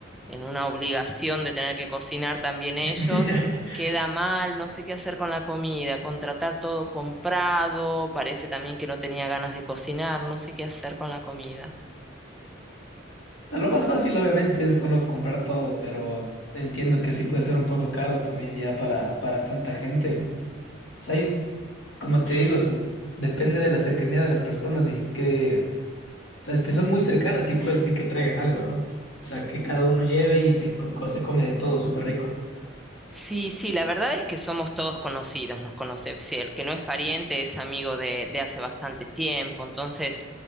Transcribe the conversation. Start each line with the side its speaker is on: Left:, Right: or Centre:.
Centre: en una obligación de tener que cocinar también ellos.
Left: <laughs>
Centre: Queda mal, no sé qué hacer con la comida, contratar todo comprado, parece también que no tenía ganas de cocinar, no sé qué hacer con la comida.
Left: O sea, Lo más fácil, obviamente, es solo comprar todo, pero entiendo que sí puede ser un poco caro también ya para, para tanta gente. O sea, hay como te digo, o sea, depende de la cercanía de las personas y que, sabes que son muy cercanas, y pueden decir que traigan algo, ¿no? O sea, que cada uno lleve y se, co- co- se come de todo, súper rico.
Centre: Sí, sí, la verdad es que somos todos conocidos, nos conocemos. sí, el que no es pariente es amigo de, de hace bastante tiempo. Entonces,